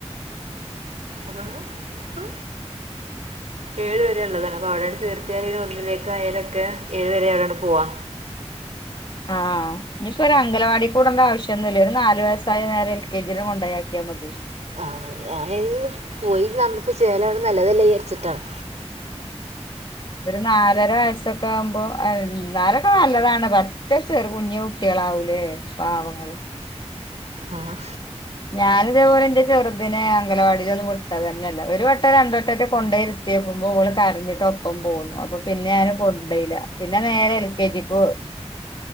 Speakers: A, on the right; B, on the left.
A: അതെ പ്പോ ഏഴു വരെ ഉള്ളതാണ് അപ്പോ അവിടെണ് ചേർത്തിയാല് ഒരു ഒന്നിലേക്കക്ക് ആ യലൊക്കെ ഏഴു വരെ അവിടൊണ് പോവാ
B: ആ ഇനിയിപ്പോ ഒരു അംഗലവാടി വി ടേണ്ട ആവശ്യം ഒന്നുല്ല ഒരു നാല് വയസ്സായ നേരെ എൽ കെ ജിയില് കൊണ്ടയാക്കിയാ മതി
A: ആ ഞാൻ പോയിന്നന്ന് അപ്പൊ ചേലാവ്ണ് നല്ലതല്ലേ വിചരിച്ചിട്ടാണ്
B: ഒരു നാലര വയസ്സൊക്കെ ആകുമ്പോ എന്നാലൊക്കെ നല്ലതാണ് പക്ഷേ ചെറു കുഞ്ഞു കുട്ടികൾക്ക് ഉണ്ടാവൂലേ പാവങ്ങള്
A: ആ
B: ഞാൻ ഇതേപോലെ എന്റെ ചെറുതിനെ അംഗനവാടി ലൊന്നും വിട്ടതല്ല, തന്നല്ല ഒരു വട്ടം രണ്ടുവട്ടമൊക്കെ കൊണ്ട് പോയി എത്തിക്കുമ്പോ അവള് കരഞ്ഞിട്ട് ഒപ്പം പോന്നു, അപ്പൊ പിന്നെ ഞൻ കൊണ്ട് പോയില്ല പിന്നെ നേരെ എൽ, കെ, ജി ലോട്ട്